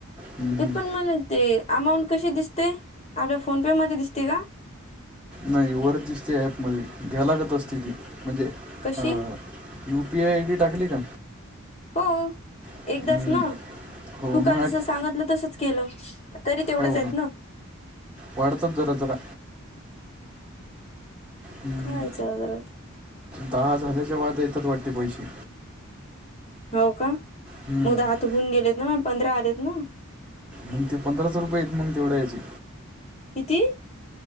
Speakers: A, in the centre; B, on the left.
A: हम्म, हम्म.
B: ये पण मला ते अमाऊंट कशी दिसते, आपल्या फोनपेमध्ये दिसते का?
A: नाही वरच दिसते ऍपमध्ये घ्याय लागत असते ती. म्हणजे
B: कशी
A: अ यूपीआय आयडी टाकली का?
B: हो
A: हम्म,
B: एकदाच ना,
A: हो
B: तू काल
A: मग
B: जस
A: आठ-
B: सांगितलं तसच केलं. तरी तेवढंच
A: हो.
B: आहेत ना
A: वाढतात जरा जरा. हम्म,
B: खायचं वगैर,
A: दहा झालेच्या बाद येतात वाटते पैसे.
B: हो का,
A: हम्म
B: मग दहा तर होऊन गेलेत ना, मग पंधरा आलेत ना.
A: मग ते पंधरा सो रुपयेत, मग तेवढे यायचे.
B: किती